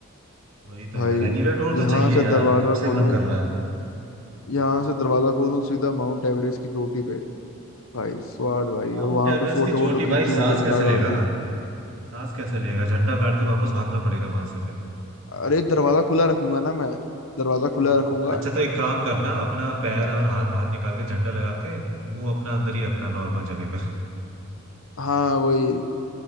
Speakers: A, on the right; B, on the left.
A: वही तो
B: भाई
A: यार एनीवे टूर तो
B: यहाँ
A: चाहिए
B: से
A: यार
B: दरवाजा
A: कब से
B: खोलूं
A: मन कर रहा है
B: यहाँ से दरवाजा खोलूं सीधा माउंट एवरेस्ट की चोटी पे भाई स्वाद भाई
A: माउंट
B: और वहां
A: एवरेस्ट
B: पे फोटो
A: की
B: वोटो
A: चोटी
B: खींचूं
A: भाई सांस
B: झंडा
A: कैसे
B: गाड़
A: लेगा
B: दूं
A: सांस कैसे लेगा झंडा गाड़ के वापस भागना पड़ेगा वहां से फिर
B: अरे दरवाजा खुला रखूंगा ना मैं दरवाजा खुला
A: हाँ,
B: रखूंगा
A: अच्छा तो एक काम करना अपना पैर और हाथ बाहर निकाल के झंडा लगा के मुंह अपना अंदर ही रखना नॉर्मल जगह पे
B: हाँ वही